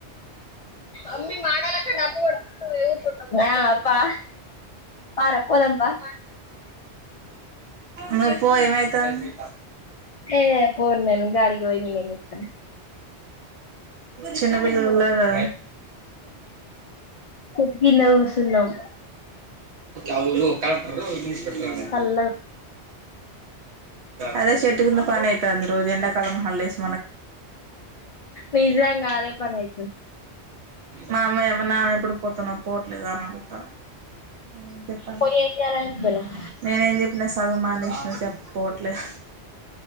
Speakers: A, on the left; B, on the right.
A: అమ్మి మాడలక్ డబ్బ ఒడిక్ ఎదో తొ న్యాప్ పా పార పోదాం ప
B: నువ్వు పో ఏమైతాంది
A: ఏ పొన్ నేన్ గాడికి యోయ్ నేన్ ఏం జేస్తానా
B: చిన్నపిల్లల్ ల్లాగా
A: చెట్టు కింద కూసున్నాం
B: అవును కలక్టర్రు ఇనిస్ పట్టుకు రావే
A: చల్లగా
B: అదే చెెట్టు కింద పని అయితాంది రోజు ఎండ కాలమ హళ్ళేస్
A: నిజంగాదే పర్నెయి
B: మా అమ్మ ఏమన్న ఎప్పుడు పోతున్నా పోట్లేద అని అడుగుతా నేన చెప్పాలి.
A: పోయి ఏం చేయాలనిపోయినావ్
B: నేనే ఏం చెప్పినా సదువ్ మానేసిన చె పోట్లేదు